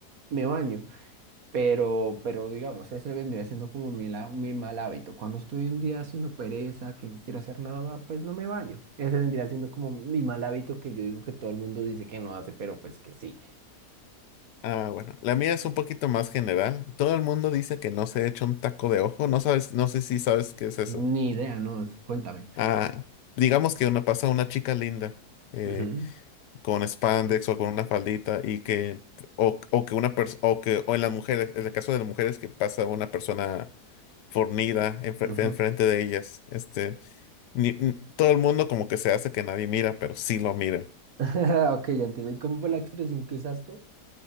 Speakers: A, on the right (about 60°); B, on the left (about 85°).
A: Me baño, pero, pero digamos, ese vendría siendo como mi, la- mi mal hábito. Cuando estoy un día haciendo pereza, que no quiero hacer nada, pues no me baño. Ese vendría siendo como mi mal hábito que yo digo que todo el mundo dice que no hace, pero pues que sí.
B: Ah, bueno, la mía es un poquito más general. Todo el mundo dice que no se echa un taco de ojo. No sabes, no sé si sabes qué es eso.
A: Ni idea, no, es- cuéntame.
B: Ah, digamos que una pasa una chica linda eh,
A: Ujú,
B: con spandex o con una faldita y que o, o que una persona o que o en las mujeres, en el caso de las mujeres que pasa una persona fornida enfre-
A: ujú.
B: enfrente de ellas. Este, ni- n- todo el mundo como que se hace que nadie mira, pero sí lo mira.
A: <laughs> Ok, ya entiendo. ¿Y cómo fue la expresión que usaste?